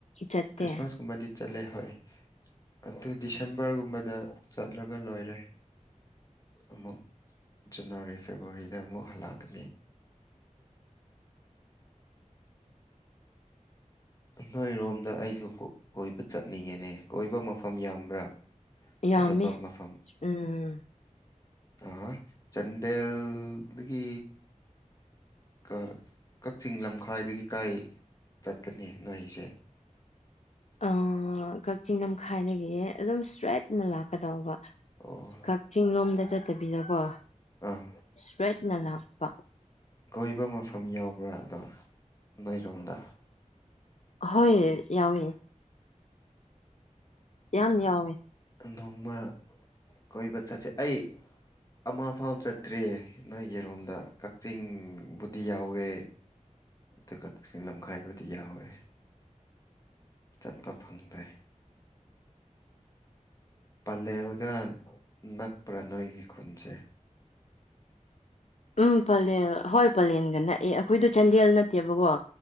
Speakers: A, on the left; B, on the left.
A: ꯆꯠꯇꯦ
B: ꯈ꯭ꯔꯤꯁꯃꯥꯁ ꯀꯨꯝꯕꯗꯤ ꯆꯠꯂꯦ ꯍꯣꯏ ꯑꯗꯨ ꯗꯤꯁꯦꯝꯕꯔꯒꯨꯝꯕꯗ ꯆꯠꯂꯒ ꯂꯣꯏꯔꯦ ꯑꯃꯨꯛ ꯖꯅꯋꯥꯔꯤ ꯐꯦꯕꯋꯥꯔꯤꯗ ꯑꯃꯨꯛ ꯍꯜꯂꯛꯀꯅꯤ ꯅꯣꯏꯔꯣꯝꯗ ꯑꯩꯁꯨ ꯀꯣꯏꯕ ꯆꯠꯅꯤꯡꯉꯦꯅꯦ ꯀꯣꯏꯕ ꯃꯐꯝ ꯌꯥꯝꯕ꯭ꯔꯥ ꯐꯖꯕ
A: ꯌꯥꯝꯃꯤ
B: ꯃꯐꯝ
A: ꯎꯝ
B: ꯑꯣ ꯆꯥꯟꯗꯦꯜꯗꯒꯤ ꯀꯥ ꯀꯛꯆꯤꯡ ꯂꯝꯈꯥꯏꯗꯒꯤ ꯀꯥꯏ ꯆꯠꯀꯅꯤ ꯅꯣꯏꯒꯤꯁꯦ
A: ꯑꯥ ꯀꯛꯆꯤꯡ ꯂꯝꯈꯥꯏꯗꯒꯤ ꯑꯗꯨꯝ ꯁꯇ꯭ꯔꯦꯠꯅ ꯂꯥꯛꯀꯗꯧꯕ
B: ꯑꯣ
A: ꯀꯛꯆꯤꯡ ꯂꯣꯝꯗ ꯆꯠꯇꯕꯤꯗꯀꯣ
B: ꯑꯥ
A: ꯁꯇ꯭ꯔꯦꯠꯅ ꯂꯥꯛꯄ
B: ꯀꯣꯏꯕ ꯃꯐꯝ ꯌꯥꯎꯕ꯭ꯔꯥ ꯑꯗꯣ ꯅꯣꯏꯔꯣꯝꯗ
A: ꯍꯣꯏ ꯌꯥꯎꯋꯦ ꯌꯥꯝ ꯌꯥꯎꯋꯦ
B: ꯅꯣꯡꯃ ꯀꯣꯏꯕ ꯆꯠꯁꯦ ꯑꯩ ꯑꯃ ꯐꯥꯎ ꯆꯠꯇ꯭ꯔꯦ ꯅꯣꯏꯒꯤꯔꯣꯝꯗ ꯀꯛꯆꯤꯡꯕꯨꯗꯤ ꯌꯥꯎꯋꯦ ꯑꯗꯨꯒ ꯀꯛꯆꯤꯡ ꯂꯝꯈꯥꯏꯕꯨꯗꯤ ꯌꯥꯎꯋꯦ ꯆꯠꯄ ꯐꯪꯗꯦ ꯄꯂꯦꯜꯒ ꯅꯛꯄ꯭ꯔꯥ ꯅꯣꯏꯒꯤ ꯈꯨꯟꯁꯦ
A: ꯎꯝ ꯄꯂꯦꯜ ꯍꯣꯏ ꯄꯂꯦꯟꯒ ꯅꯛꯑꯦ ꯑꯈꯣꯏꯗꯨ ꯆꯥꯟꯗꯦꯜ ꯅꯠꯇꯦꯕꯀꯣ